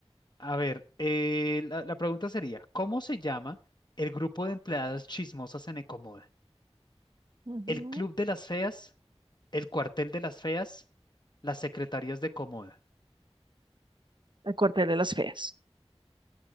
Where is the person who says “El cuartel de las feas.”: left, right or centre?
Right